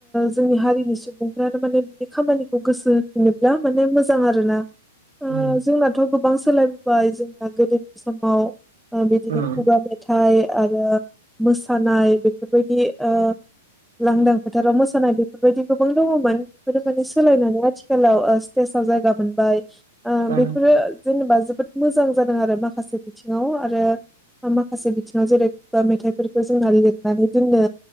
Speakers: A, in the centre; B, on the right.
A: जोंनि हारिनि सुबुंफ्रानो माने बिनि खामानिखौ गोसो होफिनोब्ला माने मोजां आरोना। अ
B: उम
A: जोंनाथ' गोबां सोलायबोबाय जोंना गोदोनि समाव। बिदिनो
B: उम
A: खुगा मेथाइ आरो मोसानाय बेफोरबायदि। अ लांदां फोथाराव मोसानाय बेफोरबायदि गोबां दङमोन। बेफोर माने सोलायनानै आथिखालाव अ स्टेसाव जायगा मोनबाय।
B: ओ
A: बेफोरो जेनेबा जोबोद मोजां जादों आरो माखासे बिथिङाव आरो माखासे बिथिङाव जेरै खुगा मेथाइफोरखौ जोंना लिरनानै दोननो।